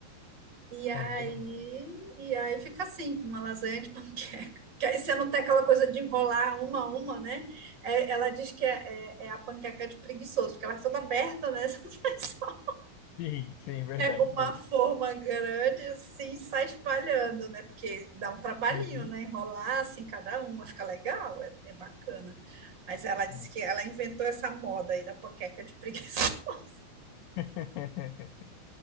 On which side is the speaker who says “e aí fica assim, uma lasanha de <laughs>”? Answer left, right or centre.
Right